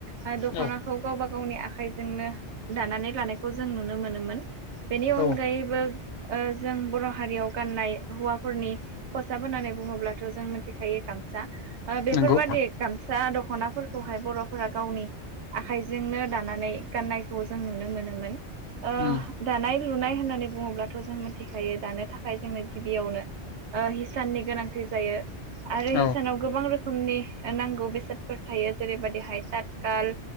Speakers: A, on the right; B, on the left.
A: ओ दख'नाखौ
B: औ
A: गावबा गा गावनि आखाइजोंनो दानानै लानायखौ जों नुनो मोनोमोन बेनि अनगायैबो
B: औ
A: ओ जों बर' हारियाव गाननाय हौवाफोरनि खसाब होननानै बुङोब्लाथ' जों मोनथिखायो गामसा ओ बेफोरबादि
B: नंगौ
A: गामसा दख'नाफोरखौहाय बर'फोरा गावनि आखाइजोंनो दानानै गाननायखौ जों नुनो मोनोमोन ओ
B: उम
A: दानाय लुनाय होननानै बुङोब्लाथ' जों मिथिखायो दानो थाखाय जोंनो गिबियावनो ओ हिसाननि गोनांथि जायो आरो
B: औ
A: हिसानाव गोबां रोखोमनि नांगौ बेसाद फोर थायो जेरैबायदिहाय ततखाल